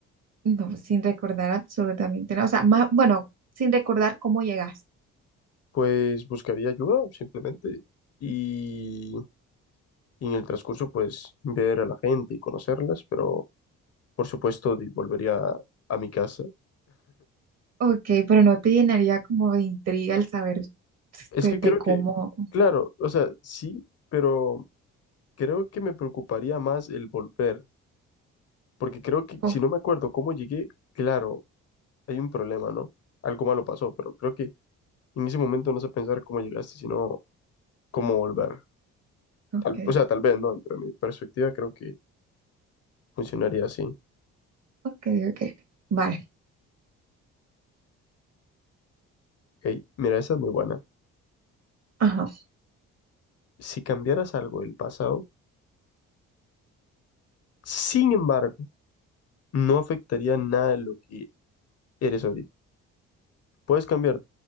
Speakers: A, on the right; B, on the left.
A: no, sin recordar absolutamente nada? O sea, más, bueno, sin recordar cómo llegaste.
B: pues buscaría ayuda simplemente y, y en el transcurso pues ver a la gente y conocerlas, pero por supuesto di- volvería a, a mi casa.
A: Ok, pero no te llenaría como de intriga el saber
B: Es
A: pues,
B: que creo
A: de cómo.
B: que, claro, o sea, sí, pero creo que me preocuparía más el volver, porque creo que
A: Ok,
B: si no me acuerdo cómo llegué, claro, hay un problema, ¿no? Algo malo pasó, pero creo que en ese momento no sé pensar cómo llegaste, sino cómo volver.
A: ok,
B: Tal- o sea, tal vez, ¿no? Dentro de mi perspectiva creo que funcionaría así.
A: ok, ok. Vale.
B: Hey, mira, esa es muy buena.
A: Ajá.
B: si cambiaras algo del pasado, sin embargo, no afectaría nada de lo que eres ahorita. Puedes cambiar